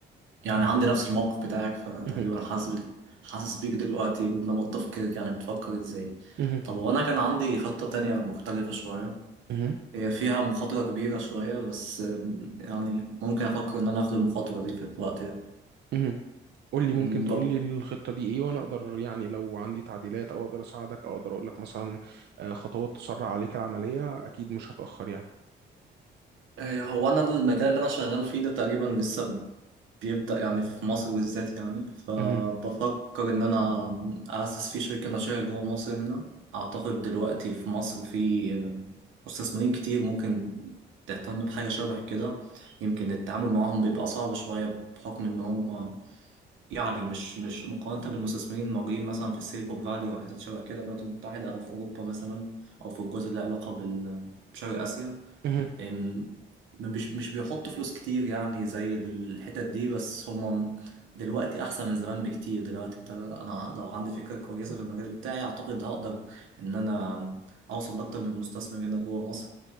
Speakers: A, on the right; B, on the right.
A: يعني عندي نفس الموقف بتاعك فتقريبا
B: مهم.
A: حاسس بك حاسس بيك دلوقتي ولما تفكيرك يعني بتفكر ازاي
B: مهم.
A: طب وانا كان عندي خطة تانية مختلفة شوية
B: مهم.
A: هي فيها مخاطرة كبيرة شوية بس ام، يعني ممكن افكر ان انا اخد المخاطرة دي في الوقت ده
B: مهم. قول لي ممكن
A: ام،
B: تقول
A: بق-
B: لي الخطة دي ايه وانا اقدر يعني لو عندي تعديلات او اقدر اساعدك او اقدر اقول لك مثلا آه، خطوات تسرع عليك العملية اكيد مش هتأخر يعني
A: اه، هو انا المجال اللي انا شغال فيه ده تقريبا لسه بيبدأ يعني في مصر بالذات يعني فبفكر
B: مهم.
A: إن أنا أأسس فيه شركة ناشئة جوه مصر هنا أعتقد دلوقتي في مصر في مستثمرين كتير ممكن تهتم بحاجة شبه كده يمكن التعامل معاهم بيبقى صعب شوية بحكم إن هم يعني مش مش مقارنة بالمستثمرين الموجودين مثلا في السيليكون فالي أو حتت شبه كده في الولايات المتحدة أو في أوروبا مثلا أو في الجزء اللي له علاقة بال- بشرق آسيا
B: مهم.
A: أم، مش مش بيحطوا فلوس كتير يعني زي الحتت دي بس هم دلوقتي احسن من زمان بكتير دلوقتي انت انا لو عندي فكرة كويسة في المجال بتاعي اعتقد هقدر ان انا اوصل لاكتر من مستثمر هنا جوه مصر